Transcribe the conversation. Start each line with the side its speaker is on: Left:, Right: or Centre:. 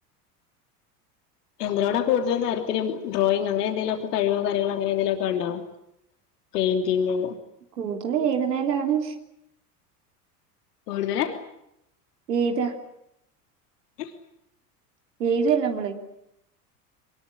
Left: എന്തിനോടാ കൂടുലും താല്പര്യം ഡ്രോയിങ് അങ്ങനെ എന്തേലൊക്കെ കഴിവോ കാര്യങ്ങളോ അങ്ങനെന്തെങ്കിലുക്കെ ഒണ്ടോ പെയ്ന്റിങ്ങ്
Right: കൂടുതൽ എഴുതണേനാണ്
Left: കൂടുതല്
Right: എയ്താ
Left: <unintelligible>
Right: എഴ്ല്ലമ്മള്